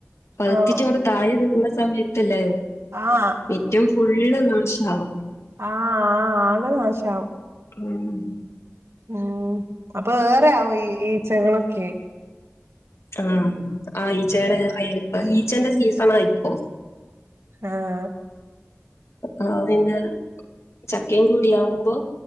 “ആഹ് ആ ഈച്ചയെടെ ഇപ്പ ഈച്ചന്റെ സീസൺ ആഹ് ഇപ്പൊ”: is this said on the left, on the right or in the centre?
Left